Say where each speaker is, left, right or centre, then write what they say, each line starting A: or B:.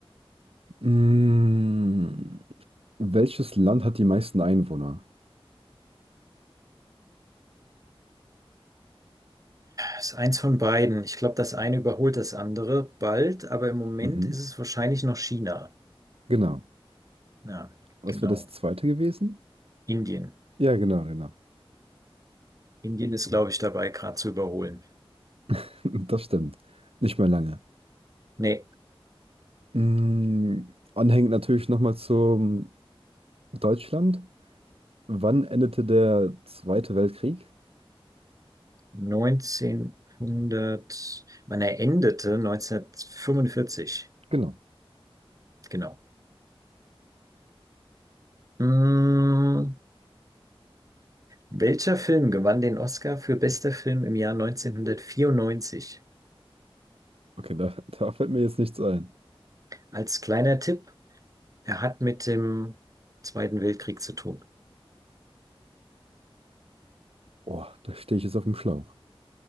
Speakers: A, on the right (about 75°); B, on the right (about 35°).
A: Hm, welches Land hat die meisten Einwohner?
B: ist eins von beiden. Ich glaube, das eine überholt das andere bald, aber im Moment
A: Mhm,
B: ist es wahrscheinlich noch China.
A: genau.
B: Ja,
A: Was
B: genau.
A: wäre das zweite gewesen?
B: Indien.
A: Ja, genau, genau.
B: Indien ist, glaube ich, dabei, gerade zu überholen.
A: <laughs> Das stimmt. Nicht mehr lange.
B: Nee,
A: Hm, anhängend natürlich nochmal zum Deutschland. Wann endete der Zweite Weltkrieg?
B: 1900, man endete 1945.
A: Genau.
B: Genau. Mm, welcher Film gewann den Oscar für bester Film im Jahr neunzehnhundertvierundneunzig?
A: Okay, da, <laughs> da fällt mir jetzt nichts ein.
B: Als kleiner Tipp, er hat mit dem Zweiten Weltkrieg zu tun.
A: Oh, da stehe ich jetzt auf dem Schlauch.